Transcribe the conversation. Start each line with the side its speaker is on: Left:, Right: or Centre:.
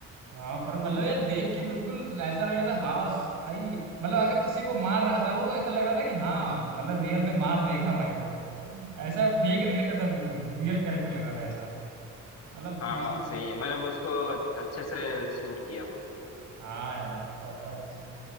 Right: हाँ पर मतलब यार देख के बिल्कुल ऐसा लग रहा था हाँ स- भाई मतलब अगर किसी को मार रहा था वो तो ऐसा लग रहा था कि हाँ मतलब रियल में मार देगा भाई वो ऐसा फेक नहीं लग रहा था बिल्कुल रियल कैरेक्टर लग रहा था ऐसा मतलब
Left: हाँ
Right: मस्त
Left: सही है मतलब उसको अच्छे से सूट किया वो
Right: हाँ यार प्रॉपर अच्छे से